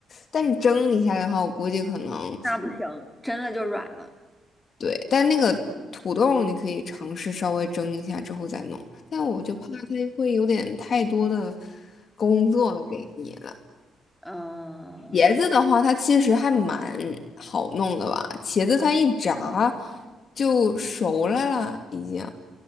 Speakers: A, on the left; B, in the centre.
A: 但是蒸一下的话，我估计可能
B: 那不行，真的就软了。
A: 对，但那个土豆你可以尝试稍微蒸一下之后再弄，但我就怕它会有点太多的工作了给你了。
B: 嗯、
A: 茄子的话，它其实还蛮好弄的吧？茄子它一炸就熟了啦，已经。